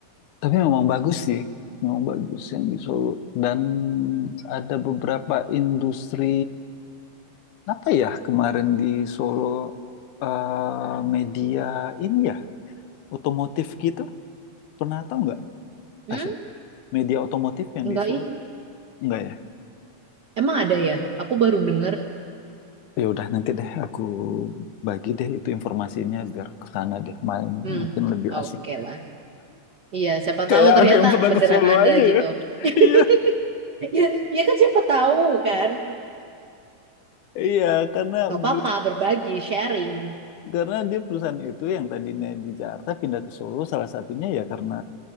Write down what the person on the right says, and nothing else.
hmm,
enggak
ih,
emang ada ya? Aku baru denger.
Hmm,
oke
lah. Iya, siapa
tahu ternyata
beneran
ada
gitu.
<laughs>
Ya, ya kan siapa tahu kan.
Gak apa-apa,
berbagi, sharing.